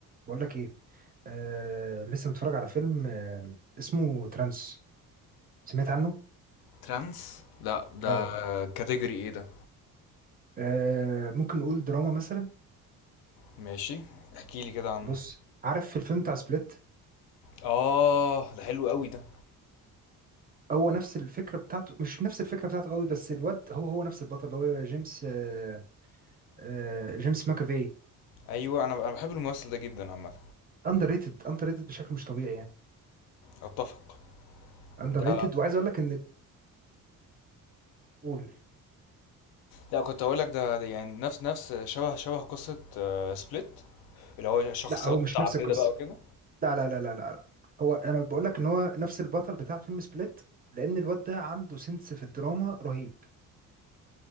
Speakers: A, on the right; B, on the left.
A: بقول لك ايه آه لسه متفرج على فيلم آه اسمه ترانس سمعت عنه
B: ترانس لا ده
A: اه
B: كاتيجوري ايه ده
A: آه، ممكن نقول دراما مثلا
B: ماشي احكي لي كده عنه
A: بص عارف في الفيلم بتاع سبليت
B: اه ده حلو قوي ده
A: هو نفس الفكره بتاعته مش نفس الفكره بتاعته قوي بس الواد هو هو نفس البطل اللي هو جيمس آه آه جيمس ماكافي
B: ايوه انا انا بحب الممثل ده جدا عامه
A: اندر ريتد اندر ريتد بشكل مش طبيعي يعني
B: اتفق
A: اندر
B: ده
A: ريتد وعايز اقول لك ان قول
B: لا كنت اقول لك ده ده يعني نفس نفس شبه شبه قصه سبليت اللي هو شخصيات
A: لا هو مش
B: متعدده
A: نفس القصه
B: بقى وكده
A: لا لا لا لا لا لا هو انا بقول لك ان هو نفس البطل بتاع فيلم سبليت لان الواد ده عنده سنس في الدراما رهيب